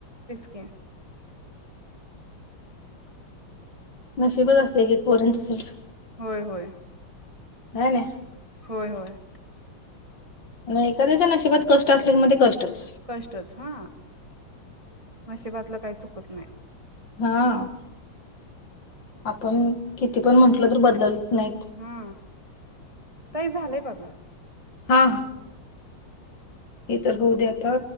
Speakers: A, on the right; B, on the left.
A: अ
B: नशशीबच असलतय एकेक पोरीचं सोड
A: होय होय
B: हणे
A: होय होय
B: म एखाद्याच्या नशिबात कष्ट असल्या की मग कष्टचं
A: कष्टच हा नशिबातलं काही चुकत नाही
B: हा पण किती पण म्हंटल तर बदलल नाहीत
A: हा ताई झालंय बघा
B: हा हे तर होऊ दे आता